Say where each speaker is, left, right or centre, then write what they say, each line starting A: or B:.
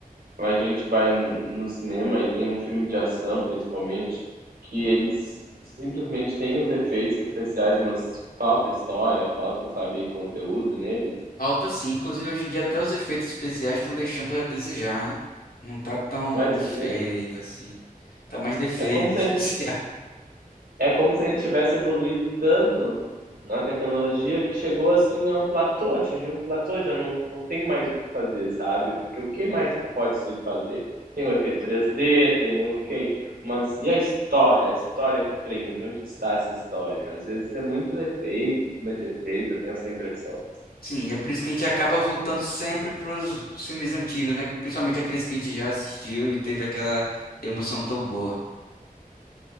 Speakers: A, on the right; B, on the left.
A: a gente vai n- no cinema e tem um filme de ação, principalmente, que eles simplesmente têm os efeitos especiais, mas falta história, falta, sabe, conteúdo neles?
B: Falta sim. Inclusive, hoje em dia, até os efeitos especiais estão deixando a desejar, né? Não tá tão
A: Vai dizer.
B: efeito assim. Tá mais defeito
A: É como se
B: <laughs> especial.
A: a gente, É como se a gente tivesse evoluído tanto na tecnologia que chegou, assim, a um platô, atingiu um platô, já não não tem mais o que fazer, sabe, porque o que mais que pode se fazer? Tem o efeito três d tem o que mas e a história? A história que prende, onde está essa história? Às vezes é muito efeito, em cima de efeito, eu tenho essa impressão.
B: Sim, é por isso que a gente acaba voltando sempre pros filmes antigos, né? Principalmente aqueles que a gente já assistiu e teve aquela emoção tão boa.